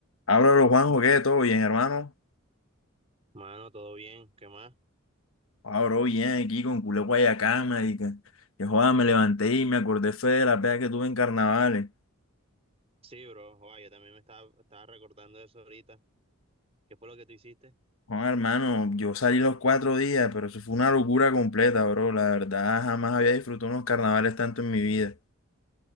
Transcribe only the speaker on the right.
Mano, todo bien, ¿qué más?
Sí, bro, joa, yo también me estaba, estaba recordando de eso ahorita. ¿Qué fue lo que tú hiciste?